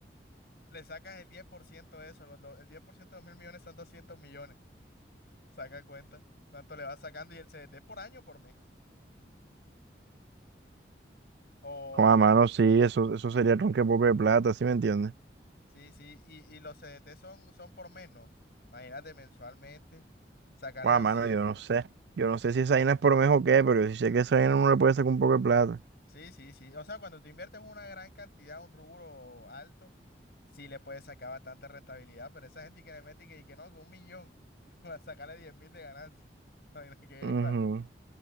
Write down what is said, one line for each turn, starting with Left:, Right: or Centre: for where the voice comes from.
Left: le sacas el 10% de eso, los do- el 10% de dos mil millones son doscientos millones. Saca cuenta cuánto le vas sacando y el CDT es por año o por mes. O,
Right: Con a mano,
Left: es.
Right: sí, eso, eso sería tronque poco de plata, ¿sí me entiendes?
Left: Sí, sí, y, y los CDT son, son por mes, ¿no? Imagínate mensualmente, sacarle
Right: Con
Left: doscientos
Right: a mano, yo no sé. Yo no sé si esa vaina es por mes o qué, pero yo sí sé que esa vaina uno le puede sacar un poco de plata.
Left: Sí, sí, sí. O sea, cuando te inviertes una gran cantidad, un rubro alto, sí le puedes sacar bastante rentabilidad, pero esa gente que le mete y que, y que no, que un millón, <laughs> para sacarle diez mil de ganancia. <laughs> Imagina que
Right: Ujú.
Left: vale.